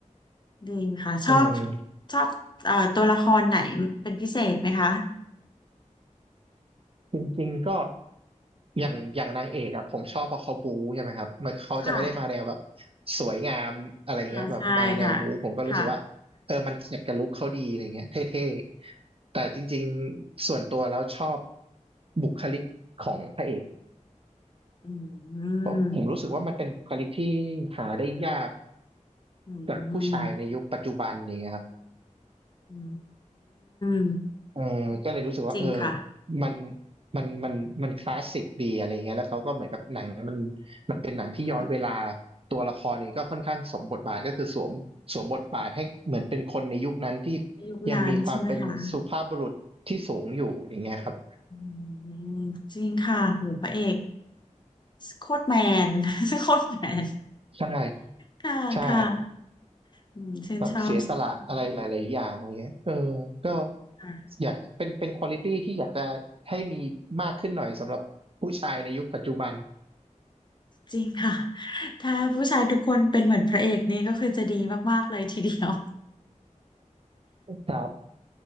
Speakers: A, on the left; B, on the right.
A: ดีค่ะชอบ
B: อืม
A: ชอบเอ่อตัวละครไหนเป็นพิเศษไหมคะ
B: จริงๆก็ อย่างอย่างนางเอกอะผมชอบเพราะเขาบู๊ใช่ไหมครับมันเขาจะไม่ได้มาแนวแบบ
A: ค่ะ
B: สวยงามอะไรเงี้ยแบบมาแนวบู๊ผมก็รู้สึกว่าเออมันแมทกับลุคเขาดีอะไรเงี้ยเท่
A: อ่าใช่ค่ะค่ะ
B: ๆแต่จริงๆส่วนตัวแล้วชอบบุคลิกของพระเอก
A: อืม
B: เพราะผมรู้สึกว่ามันเป็นบุคลิกที่หาได้ยาก
A: อืม
B: จากผู้ชายในยุคปัจจุบันอย่างเงี้ยครับ
A: อืม
B: เออก็เลยรู้สึกว่าเออ
A: จริงค่ะ
B: มันมันมันมันคลาสสิกดีอะไรเงี้ยแล้วเขาก็เหมือนกับหนังมันมันเป็นหนังที่ย้อนเวลา
A: ค่ะ
B: ตัวละครนี้ก็ค่อนข้างสวมบทบาทก็คือสวมสวมบทบาทให้เหมือนเป็นคนในยุคนั้นที่
A: ในยุคนั้นใช่ไหมคะ
B: ยังมีความเป็นสุภาพบุรุษที่สูงอยู่อย่างเงี้ยครับ
A: อืมจริงค่ะโหพระเอกโคตรแมน <laughs> โคตรแมน
B: ใช่
A: ค่ะค่ะ
B: ใช่
A: อืมชื่นชอบเช่นกัน
B: แบบเสียสละอะไรหลายๆอย่างอะไรเงี้ยเออก็
A: ค่ะ
B: อยากเป็นเป็นควอลิตี้ที่อยากจะให้มีมากขึ้นหน่อยสำหรับผู้ชายในยุคปัจจุบัน
A: จริงค่ะถ้าผู้ชายทุกคนเป็นเหมือนพระเอกนี่ก็คือจะดีมากๆเลยทีเดียว
B: ครับ